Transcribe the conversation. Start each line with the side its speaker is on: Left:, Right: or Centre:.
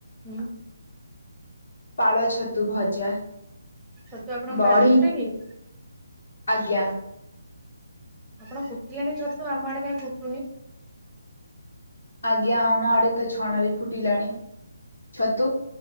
Centre: ହୁଁ।
Left: ପାଳ ଛତୁ ଭଜା।
Centre: ଛତୁ ଆପଣଙ୍କ
Left: ବଢି
Centre: ବାରିରେ ଫୁଟେ କି?
Left: ଆଜ୍ଞା।
Centre: ଆପଣ ଫୁଟିଲାଣି ଛତୁ ଆମ ଆଡେ କାଇଁ ଫୁଟୁନି।
Left: ଆଜ୍ଞା ଆମ ଆଡେ ତ ଛଣାରେ ଫୁଟିଲାଣି। ଛତୁ